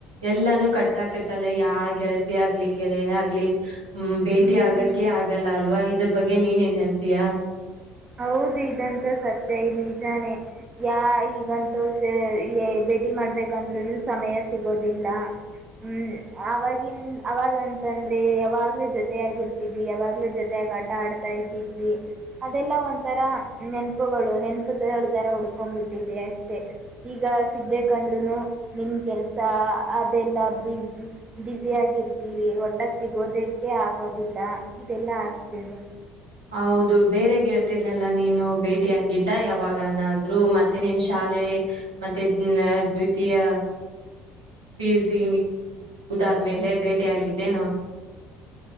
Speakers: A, on the right; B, on the right.
A: ಎಲ್ಲಾನೂ ಕಟ್ಟ ಹಾಕತ್ತಲ್ಲ ಯಾ ಗೆಳತಿ ಆಗ್ಲಿ ಗೆಳೆಯ ಆಗ್ಲಿ ಹ್ಮ್ ಭೇಟಿ
B: ಹ್ಮ್
A: ಹಾಗಕ್ಕೆ ಆಗಲ್ಲ ಅಲ್ವಾ ಇದ್ರ ಬಗ್ಗೆ ನೀನ್ ಏನ್ ಹೇಳ್ತೀಯ
B: ಹೌದು ಇದಂತೂ ಸತ್ಯ ಇ್ ನಿಜಾನೇ ಯಾ ಈಗಂತೂ ಭೇಟಿ ಮಾಡಬೇಕಂದ್ರೂ ಸಮಯ ಸಿಗೋದಿಲ್ಲ ಹ್ಮ್ ಅವವಾಗಿನ್ ಅವಾಗಂತಂದ್ರೆ ಯಾವಾಗ್ಲೂ ಜೊತ ಆಗಿರ್ತಿದವಿ ಯಾವಾಗ್ಲೂ ಜೊತೆ ಆ ಆಟ ಆಡ್ತಾ ಇದ್ದಿದ್ವಿ ಅದೆಲ್ಲ ಒಂಥರ ನೆನಪುಗಳು ನೆನಪು ತರ ಹುಡ್ಕೊಂಡ್ಬಿಟ್ಟಿದೆ ಅಷ್ಟೇ ಈಗ ಸಿಗ್ಬೇಕಂದ್ರು ನಿಮ್ ಕೆಲ್ಸ ಅದೆಲ್ಲ ಬಿಸಿ ಆಗಿರ್ತೀವಿ ಒಟ್ಟ <unintelligible> ಸಿಗೋದಕ್ಕೆ ಆಗೋದಿಲ್ಲ ಇದೆಲ್ಲಾ ಆಗ್ತದೆ
A: ಹೌದು ಬೇರೆ ಗೆಳ್ತೀರ್ನೆಲ್ಲಾ ನೀನು ಭೇಟಿಯಾಗಿದ್ದ ಯಾವಾಗನಾದ್ರು ಮತ್ತೆ ನೀನ್ ಶಾಲೆ ಮತ್ತೆ ದ್ವಿತೀಯ ಪಿ ಯು ಸಿ ಆದ್ಮೇಲೆ ಬೇಟೆ ಆಗಿದ್ದೇನು